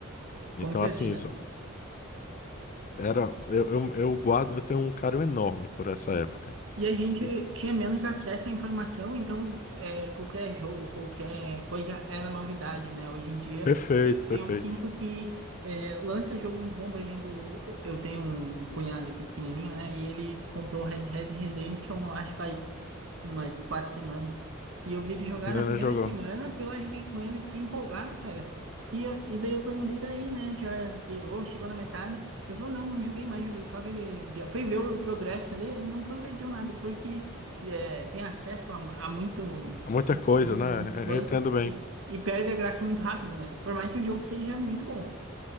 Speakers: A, on the left; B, on the right.
A: Então,
B: Com certeza.
A: assim, isso era, eu, eu, eu guardo, eu tenho um carinho enorme por essa época.
B: E a gente
A: E-
B: tinha menos acesso à informação, então é, qualquer jogo, qualquer coisa era novidade, né? Hoje em dia,
A: Perfeito,
B: eu
A: perfeito.
B: eu sinto que é, lança jogo muito bom, por exemplo, eu tenho um cunhado aqui pequenininho, né? E ele comprou o Red Dead Redemption, eu acho, faz umas quatro semanas. E eu vi ele jogar
A: Não,
B: na primeira
A: não jogou.
B: semana, fui lá, joguei com ele, fiquei empolgado, cara. E, e daí eu perguntei daí, né? Já zerou, chegou na metade. Ele falou, não, não joguei mais, joguei só aquele. dia." Foi ver o progresso ali, ele não progrediu nada, porque é, tem acesso a, a muito
A: Muita coisa,
B: jogo,
A: né?
B: muita coisa,
A: Eu entendo bem.
B: e, e perde a graça muito rápido, né? Por mais que o jogo seja muito bom.